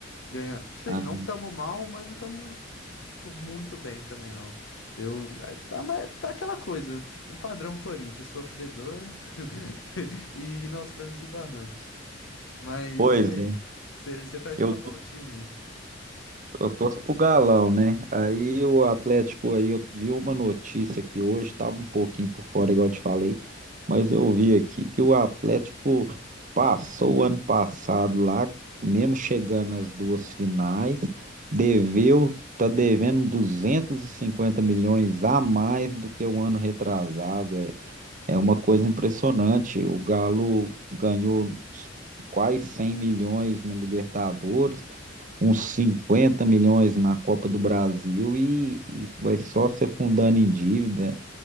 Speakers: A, on the left (about 85°); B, on the right (about 40°).
A: Ganha... Sim,
B: Ah,
A: não tamo mal, mas não tamo tipo, muito bem também, não. Eu, eh, tá, mas tá aquela coisa, o padrão Corinthians, sofredor <laughs> e ir aos trancos e barrancos. Mas
B: pois
A: e aí?
B: é.
A: Você torce
B: Eu
A: pra qual time?
B: Eu torço pro Galão, né? Aí o Atlético aí, eu vi uma notícia aqui hoje, tava um pouquinho por fora, igual eu te falei, mas eu vi aqui que o Atlético passou o ano passado lá, mesmo chegando às duas finais, deveu, tá devendo 250 milhões a mais do que o ano retrasado. É, é uma coisa impressionante. O Galo ganhou quase 100 milhões na Libertadores uns 50 milhões na Copa do Brasil e, e vai só se afundando em dívida.